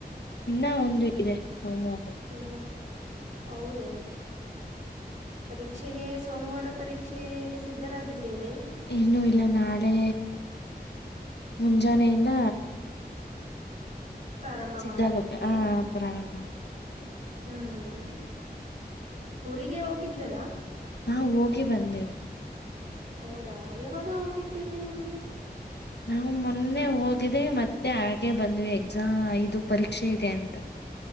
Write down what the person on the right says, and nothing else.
ಇನ್ನು ಹೌದ ಪರೀಕ್ಷೆಗೆ ಸೋಮವಾರ ಪರೀಕ್ಷೆ ಸಿದ್ಧರಾಗಿದ್ದೇರೆ
ಪ್ರಾರಂಭ
ಮಾಡಬೇಕೇ
ಹ್ಮ್ ಊರಿಗೆ ಹೋಗಿದ್ದರಾ
ಹೌದಾ ಯಾವಾಗ ಹೋಗಿದ್ದೀರಿ ಊ್ರಿಗೆ